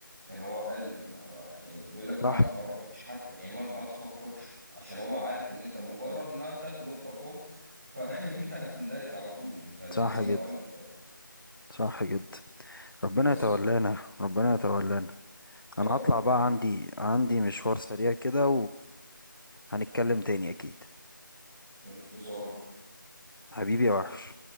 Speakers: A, in the centre; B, on the left (about 75°).
A: يعني هو قال ما- ما- يعني بيقول لك
B: صح
A: ما تقربش حتى يعني ما ما تفكرش عشان هو عارف ان انت مجرد ما تاخد الخطوة فانت <laughs> هتندرج على طول انت الانسان
B: صح جدا
A: ضعيف طبعا
B: صح جدا ربنا
A: بس
B: يتولانا ربنا يتولانا
A: يا
B: انا هطلع
A: رب
B: بقى
A: يا كبير
B: عندي عندي مشوار سريع كده وهنتكلم تاني اكيد
A: في انتظارك
B: حبيبي يا وحش